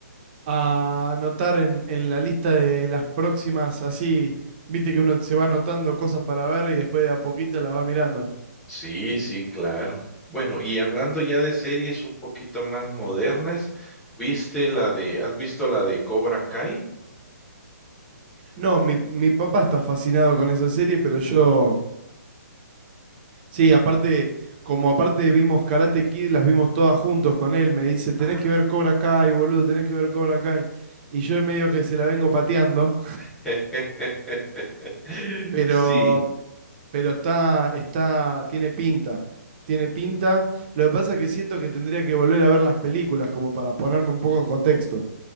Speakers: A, on the right; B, in the centre.
A: a anotar en, en la lista de las próximas, así, viste que uno se va anotando cosas para ver y después de a poquito las va mirando.
B: Sí, sí, claro. Bueno, y hablando ya de series un poquito más modernas, ¿viste la de, has visto la de Cobra Kai?
A: No, mi, mi papá está fascinado con esa serie, pero yo, sí, aparte, como aparte vimos Karate Kid, las vimos todas juntos con él, me dice, tenés
B: Ah.
A: que ver Cobra Kai, boludo, tenés que ver Cobra Kai. Y yo medio que se la vengo pateando,
B: <laughs>
A: pero,
B: Sí,
A: Pero está, está, tiene pinta, tiene pinta. Lo que pasa es que siento que tendría que volver a ver las películas como para ponerme un poco en contexto.